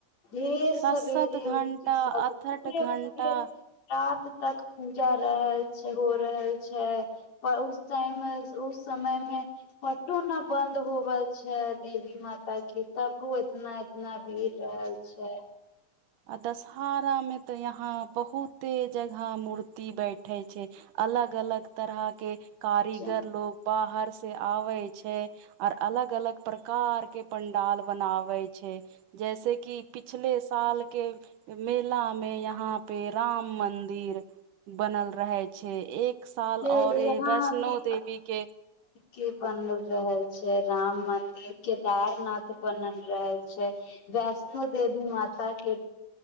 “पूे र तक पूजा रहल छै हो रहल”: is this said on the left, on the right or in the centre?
Left